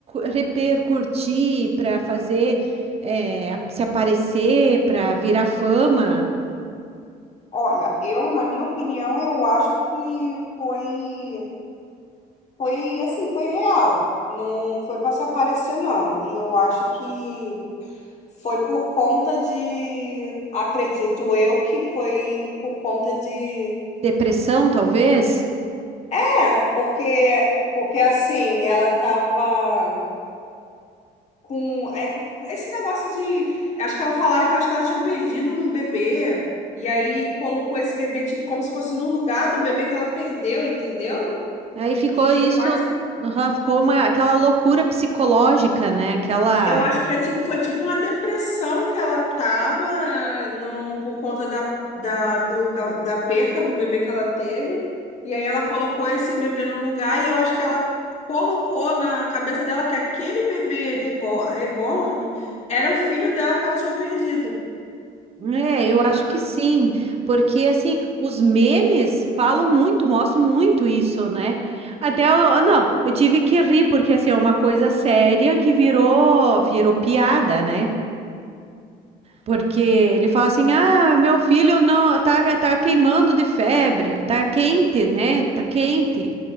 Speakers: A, on the right; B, on the left.
A: repercutir, para fazer é, a- se aparecer, para virar fama,
B: Olha, eu, na minha opinião, eu acho que foi, foi assim, foi real. Não foi para se aparecer, não. E eu acho que foi por conta de, acredito eu, que foi por conta de,
A: depressão talvez?
B: é, porque, porque assim, ela tava com, é, com esse negócio de, acho que ela falaram que, eu acho que ela tinha perdido um bebê, e aí colocou esse bebê, tipo, como se fosse no lugar do bebê que ela perdeu, entendeu?
A: Aí ficou
B: E
A: isso,
B: eu acho
A: no-
B: que,
A: aham, ficou uma, aquela loucura psicológica, né? Aquela
B: eu acho que é tipo, foi tipo uma depressão que ela tava, eh, não, por conta da, da, do- da, da perca do bebê que ela teve. E aí ela colocou esse bebê no lugar e eu acho que ela colocou na cabeça dela que aquele bebê rebo- reborn era o filho dela que ela tinha perdido.
A: É,
B: Então,
A: eu acho que sim, porque assim, os memes falam muito, mostram muito isso, né? Até eu, não, eu tive que rir porque assim, é uma coisa séria que virou, virou piada, né? Porque ele fala assim: "Ah, meu filho não tá tá queimando de febre, tá quente, né? Tá quente".